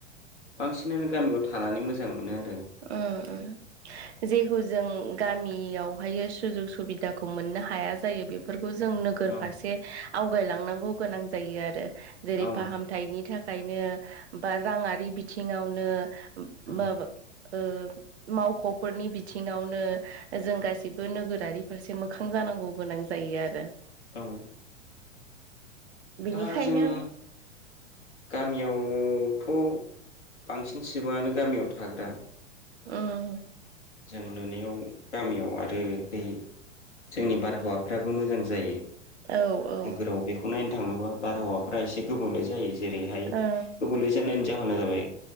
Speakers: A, on the left; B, on the right.
A: बांसिनानो गामियाव थानानै मोज जां मोनो आर
B: उम उम जेखौ जों गामियावहाय सुजुग सुबिदाखौ मोननो हाया जायो बेफोर खौ जों नोगोर
A: औ
B: फारसे आवगायलांनांगौ गोनां जायो आरो। जेरै
A: औ
B: फाहामथायनि था खायनो बा राङारि बिथिङावनो
A: औ
B: माबा ओ मावख'फोरनि बिथिङावनो जों गासिबो नोगोरारि फारसे मोखां जानांगौ गोनां जायो आरो।
A: औ
B: बेनिखायनो
A: दा जों गामियाव थ' बांसिन सिबुङानो गामियाव थाग्रा।
B: उम
A: जों नोनायाव गामियाव आरो दै जोंनि बारहावाफ्राबो मोजां जायो
B: औ औ
A: नोगोराव बेखौ नाय थाङोबा बारहावाफोरा एसे गोबुंले जायो जेरैहाय
B: ओ
A: गोबुंले जनायनि जाहोना जाबाय